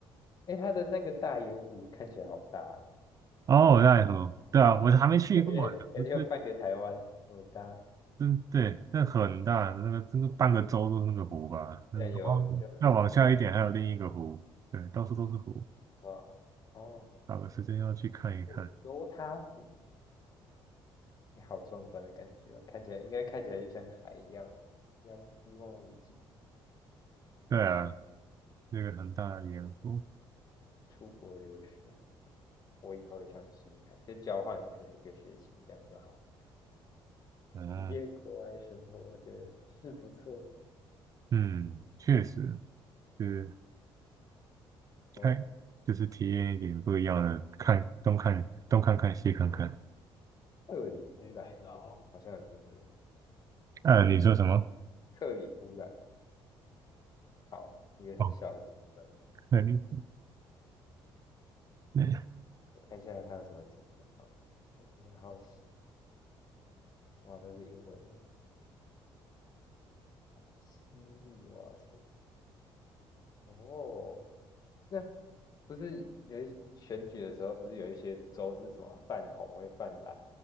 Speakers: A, on the left; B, on the right.
A: 哎，它的那个大盐湖看起来好大啊，
B: 哦，
A: 对啊
B: 奈何，对啊，我还没去过，
A: 感觉感觉有半个台湾那么大，
B: 这真对，那很大，那个真的半个州都是那个湖吧，那然后再往下一点还有另一个湖，
A: 居然有就有
B: 对，到处都是湖，
A: 哇哦。
B: 找个时间要去看一看。
A: 哦，犹他湖，你好壮观的感觉哦，看起来应该看起来就像海一样啊一样一望无际。
B: 对啊，
A: 好，
B: 那个很大的盐湖，
A: 出国留学，我以后也想试试看，就交换可能一个学期这样就好了，
B: 啊，
A: 体验国外生活，我觉得是不错。
B: 嗯，确实是
A: 哦，
B: 开，就是体验一点不一样的，看东看东看看西看看。
A: 克里夫兰，你好好像有听过，
B: 呃，
A: 嗯
B: 你说什么？
A: 克里夫兰，好，一个很小的地方，
B: 哦，那里，那
A: 我看一下还有什么景点。好我真的好奇，哇，都是英文的，西里瓦城，哦。那。不是有一选举的时候，不是有一些州是什么泛红会泛蓝？